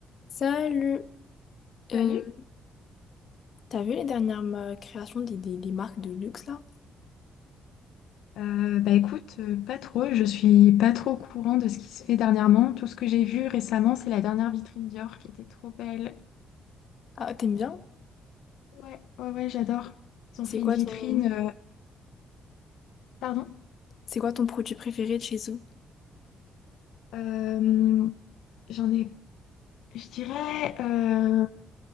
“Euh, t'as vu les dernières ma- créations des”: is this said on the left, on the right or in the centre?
Left